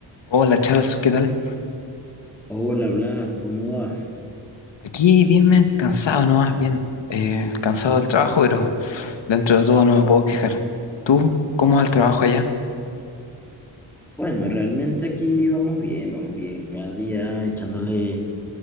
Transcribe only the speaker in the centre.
Hola Blas, ¿cómo vas?
Bueno, realmente aquí vamos bien, vamos bien. Cada día echándole